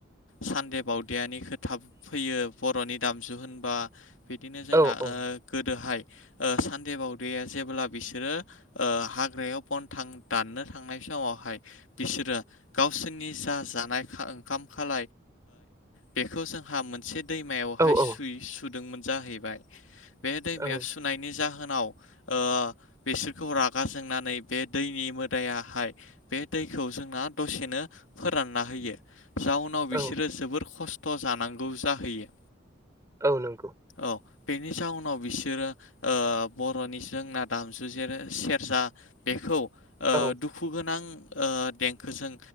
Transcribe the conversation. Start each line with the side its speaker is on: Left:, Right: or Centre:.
Left: सानद बावदियानि खोथा फैयो बर'नि दामजु होनबा बिदिनो जोंना
Right: औ औ
Left: गोदोहाय सानद बावदिया जेबोब्ला बिसोरो हाग्रायाव बन थां दाननो थांनाय समावहाय बिसोरो गावसोरनि जा जानाय ओंखाम खाल बेखौ जोंहा मोनसे दैमायावहाय
Right: औ औ
Left: स सु जाहैबाय बे दैमायाव
Right: औ
Left: जाहोनाव ओ बिसोर खौ रागा जोंनानै बे दैनि मोदायाहाय बे दैखौ जोंना दसेनो फोरान रानना होयो जाउनाव बिसोरो
Right: औ
Left: जोबोर खस्थ' जानांगौ जाहैयो
Right: औ नंगौ
Left: औ बेनि जाहनाव बिसोरो बर'नि जोंना दामजु जेरै सेरजा बेखौ
Right: औ
Left: दुखु गोनां देंखोजों